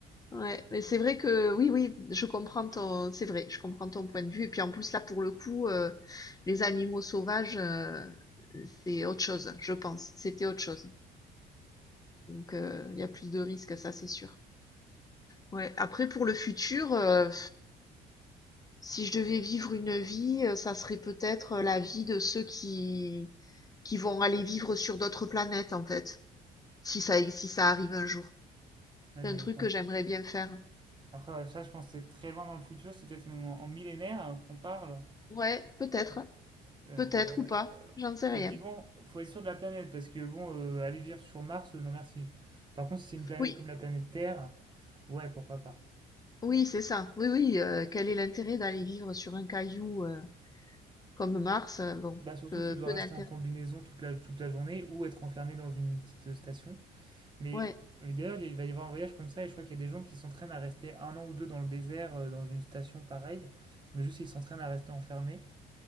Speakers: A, on the left; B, on the right.
A: Ouais, mais c'est vrai que oui, oui, je comprends ton, c'est vrai, je comprends ton point de vue. Et puis en plus, là, pour le coup, euh, les animaux sauvages, euh, c'est autre chose, je pense. C'était autre chose. Donc, euh, il y a plus de risques, ça, c'est sûr. Ouais. Après, pour le futur, euh, si je devais vivre une vie, euh, ça serait peut-être euh, la vie de ceux qui, qui vont aller vivre sur d'autres planètes, en fait, si ça, si ça arrive un jour.
B: là,
A: C'est
B: j'y
A: un truc
B: pense.
A: que j'aimerais bien faire.
B: Après, ouais, ça, je pense que c'est très loin dans le futur, c'est peut-être en en millénaire hein, qu'on parle.
A: Ouais, peut-être,
B: Euh,
A: peut-être ou pas, j'en sais
B: Et
A: rien.
B: puis bon, faut être sûr de la planète parce que bon, euh, aller vivre sur Mars, euh, non merci. Par contre, si c'est une planète
A: Oui.
B: comme la planète Terre, ouais, pourquoi pas.
A: Oui, c'est ça. Oui, oui, heu, quel est l'intérêt d'aller vivre sur un caillou, heu, comme Mars, heu, bon,
B: Bah surtout,
A: peu
B: tu dois
A: peu
B: rester
A: d'intérêt.
B: en combinaison toute la, toute la journée ou être enfermé dans une petite euh, station. Mais,
A: Ouais,
B: mais d'ailleurs, il va y avoir un voyage comme ça et je crois qu'il y a des gens qui s'entraînent à rester un an ou deux dans le désert, euh, dans une station pareille, mais juste ils s'entraînent à rester enfermés.